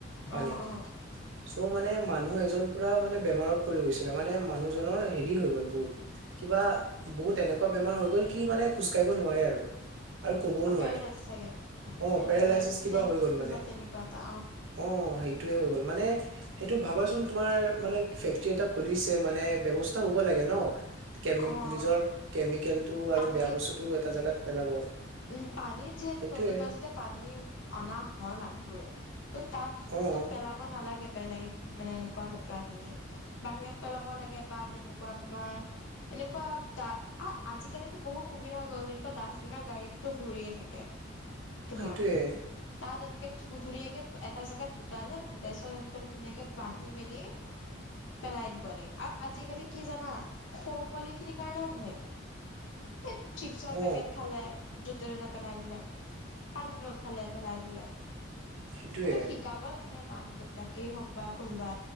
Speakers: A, on the right (about 75°); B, on the left (about 70°).
A: পানী
B: অ', অ',
A: চ' মানে- মানুহ এজন- পুৰা মানে বেমাৰত পৰি গৈছিলে, মানে মানুহজনৰ- হেৰি হৈ গ'ল, বহুত কিবা বহুত এনেকুৱা- বেমাৰ হৈ গ'ল কি মানে খোজকাঢ়িব নোৱাৰে আৰু। আৰু কবও নোৱাৰে।
B: পেৰেলাইছ চাগে।
A: অ'
B: পেৰেলাইছ
A: পেৰালাইচিচ কিবা
B: নে
A: হৈ
B: কি
A: গ'ল
B: কিবা
A: মানে।
B: তেনেকুৱা এটা
A: অ' সেইটোৱে হৈ গ'ল মানে- সেইটো ভাবাচোন- তোমাৰ মানে ফেক্টৰী এটা খুলিছে মানে ব্যৱস্থা হ'ব লাগে ন। কেমি
B: অ',
A: নিজৰ কেমিকেলটো আৰু
B: পানীত
A: বেয়া বস্তুতটো এটা জাগাত পেলাব।
B: উম পানীত যিহেতু
A: সেইটোয়ে
B: নদী পা যেতিয়া পানী অনা হয় মানে- বোৰে। ত' তাত
A: অ
B: তো পেলাব নালাগে। বেলেগ মানে এনেকুৱা লেতেৰা খিনি বাহিৰত পেলাব লাগে বা তেনেকুৱা তোমাৰ এনেকুৱা আজিকালিতো বহুত সুবিধা হৈ গ'ল, তেনেকুৱা ডাষ্টবিনৰ গাড়ী তোৰ ঘূৰিয়ে থাকে। তোমাৰ
A: সেইটোয়ে
B: তাত এনে কে ধুনীয়াকে এটা জেগাত গোটালে তাৰ পিছত একদম ধুনীয়াকে বান্ধি মেলি পেলাই দিব লাগে আৰু আজিকালি কি জানা সৰু পোৱালি খিনিৰ কাৰণেও হয়। এই চিপছৰ
A: অ
B: পেকেট খালে, য'তে ত'তে পেলাই দিলে। পানী পটল খালে পেলাই দিলে।
A: সেইটোৱে।
B: এইটো শিকাব মাক দেউতাকেই হওক বা কোনোবা